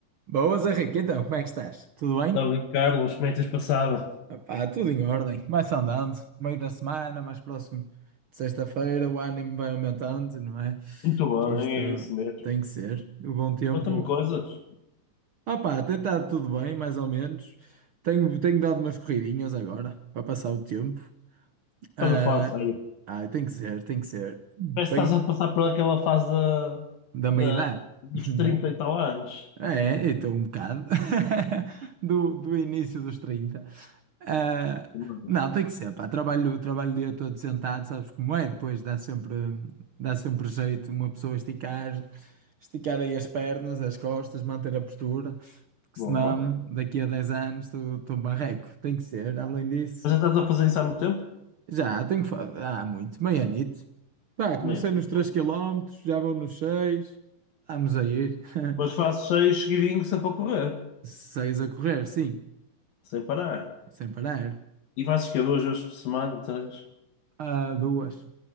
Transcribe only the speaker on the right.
Boas, Henrique. Então, como é que estás? Tudo bem?
Opá, tudo em ordem. Vai-se andando. Meio da semana, mais próximo de sexta-feira, o ânimo vai aumentando, não é?
Que isto
tem que ser. O bom tempo.
Opá, tem estado tudo bem, mais ou menos. Tenho, tenho dado umas corridinhas agora, para passar o tempo.
Ah,
ah, tem que ser, tem que ser. Bem,
da meia
idade,
<laughs> né?
É, então um bocado <laughs> do, do início dos 30. Ah,
não, tem que ser, pá. Trabalho, trabalho o dia todo sentado, sabes como é? Depois dá sempre, dá sempre jeito uma pessoa esticar, esticar aí as pernas, as costas, manter a postura, porque
senão daqui a 10 anos estou estou barreco. Tem que ser, além disso.
Já, tenho que fazer. Há muito, meio anito. Pá, comecei
nos três quilómetros já vou nos seis Vamos a ir.
<laughs>
Seis a correr, sim.
Sem parar.
Ah, duas.